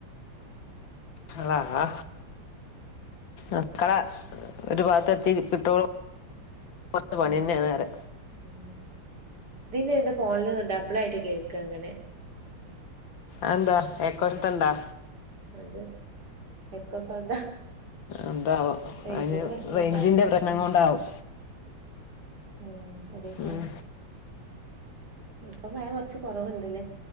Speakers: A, on the left (about 75°); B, on the right (about 55°).
A: അള്ളാഹ് മക്കള ഒരു ഭാത്ത് എത്തി കിട്ടോളൂ കൊർച് പണിന്നെണ്
B: ഉം
A: അറ്യ
B: ഉം ഇതില് എന്താ ഫോണില് ഡബിൾ ആയിട്ട് കേക്കങ്ങനെ
A: അഎന്താ ഏക്കോര്ത്തണ്ടാ
B: അതെ എക്കോ സൗണ്ട
A: എന്താവോ
B: റേൻജ്
A: അതിന്
B: ന്റെ പ്രശ്നേകാരം
A: റേഞ്ചിന്റെ പ്രശ്നം
B: ഉം
A: കൊണ്ടാവും
B: ഉം അതേയ്ക്കാരം
A: ഉം
B: ഇപ്പം മഴ കുറച്ച്കുറവുണ്ട്ലേ